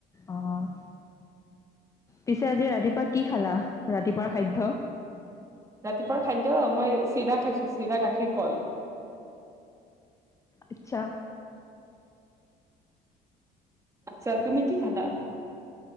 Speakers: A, on the left; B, on the right.
A: অ'। পিছে আজি ৰাতিপুৱা কি খালা ৰাতিপুৱাৰ খাধ্য?
B: ৰাতিপুৱাৰ খাদ্য মই চিৰা খাইছোঁ, চিৰা, গাখীৰ, কল।
A: আচ্ছা।
B: আচ্ছা, তুমি কি খালা?